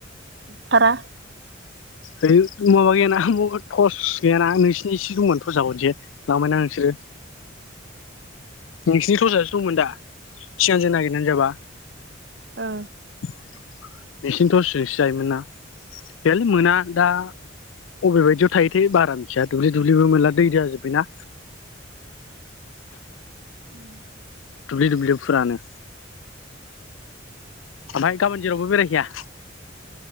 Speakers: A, on the right; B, on the left.
A: थारा
B: है माबा गैयाना टस गैयाना नोंसिनिसो दंमोन टसा खनसे लांबायना नोंसोरो नोंसिनि थसासो दंमोन दा सिगांजों नागिरनानै जाबा।
A: ओ
B: नोंसिनि थ'सजोंसो जायोमोन ना गैयालै मोना दा अबे बायदियाव थायोथाय बारा मिथिया दुब्लि दुब्लिबो मोनला दै जाजोब्बायना।
A: <inaudible>
B: दुब्लि दुब्लिफोरानो आमफ्राय गाबोन जेरावबो बेरायहैया